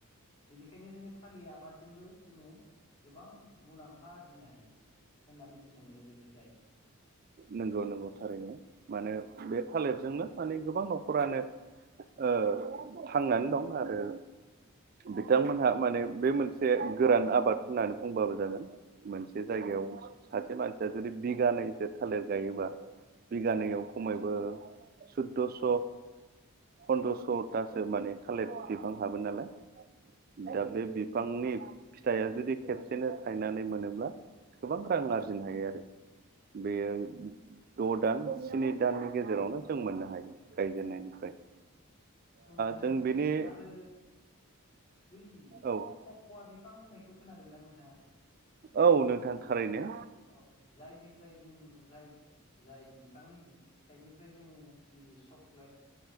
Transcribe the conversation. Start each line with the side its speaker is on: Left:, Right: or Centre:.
Left: बेनिखायनो जोङो थालिथ आबादजोंबो जोङो गोबां मुलाम्फा आरजिनो हायो होनना मिथिनो मोनो बेनिफ्राय
Right: नोंगौ नोंगौ थारैनो मानो बे थालेरजोंनो माने गोबां नखरानो ओ थांनानै दं आरो बिथांमोनहा माने बे मोनसे गोरान आबाद होन्नानै बुंबाबो जागोन मोनसे जायगायाव सासे मानसिआ जुदि बिगानैसो थालिर गायोबा बिगानैआव खमैबो सुद'स फन्द्रस'थासो माने थालिथ फुलि फानहाबा नालाय
Left: औ
Right: दा
Left: नोंथां
Right: बे बिफां बिफांनि फिथाइया जुदि खेबसेनो थायनानै मोनोब्ला गोबां रां आरजिनो हायो आरो बेयो द' दान स्नि दाननि गेजेरावनो जों मोननो हायो गायजेननायनिफ्राय दा
Left: औ नोंथां
Right: जों
Left: नोंथांआ
Right: बेनि
Left: आरो बै
Right: औ
Left: कक'वा बिफां होननायखौ खोनादोंना नोंथाङा
Right: औ नोंथां थारैनो
Left: औ जायनिफ्राय जों जाय जाय बिफांनि बि‌ फिथाइनिफ्राय जोङो जि चक्लेट